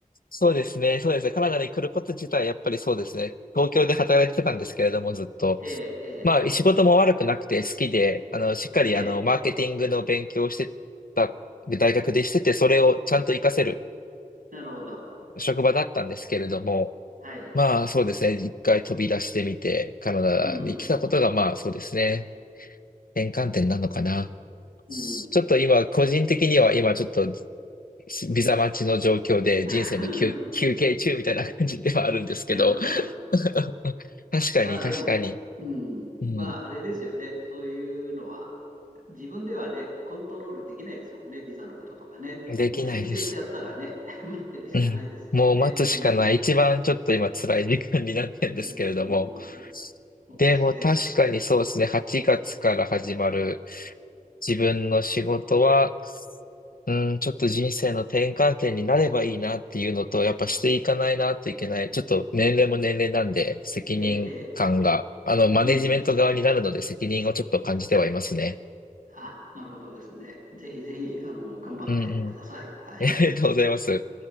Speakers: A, on the left (about 75°); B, on the right (about 65°).
A: そうですね。そうですね。カナダに来ること自体、やっぱりそうですね。東京で働いてたんですけれども、ずっと。
B: ええ、ええ、
A: まあ、仕事も悪くなくて好きで、あの、しっかり、
B: ええ、
A: あの、マーケティングの勉強をしてた、大学でしてて、それをちゃんと活かせる
B: なるほど。
A: 職場だったんですけれども、
B: はい。
A: まあ、そうですね。一回飛び出してみて、カナダに来たことが、
B: うん、
A: まあ、そうですね。転換点なのかな。
B: うん。
A: ちょっと今、個人的には今、ちょっとビザ待ちの状況で人生の休、
B: <laughs> うん
A: 休憩中みたいな感じではあるんですけど、
B: なるほど、なるほど。
A: <laughs> 確かに確かに、
B: まあでも、うん、
A: うん、
B: まああれですよね。そういうのは、自分ではね、コントロールできないですもんね、ビザのこととかね。
A: できないです。
B: もう申請しちゃったらね、<laughs> 待ってるしかないですからね。
A: うん、もう待つしかない。
B: うん、うん、
A: 一番ちょっと今辛い時間になってるんですけれども、
B: うん、うん、うん。そうですね。
A: でも確かにそうですね、8月から始まる自分の仕事は、うん、ちょっと人生の転換点になればいいなっていうのと、やっぱしていかないなといけない。ちょっと年齢も年齢なんで、責任感が、
B: ええ、ええ、ええ
A: あの、マネジメント側になるので責任をちょっと感じてはいますね。
B: うん。あ、なるほどですね。ぜひぜひ、あの、頑張ってください。
A: うんうん。
B: はい。
A: <laughs> ありがとうございます。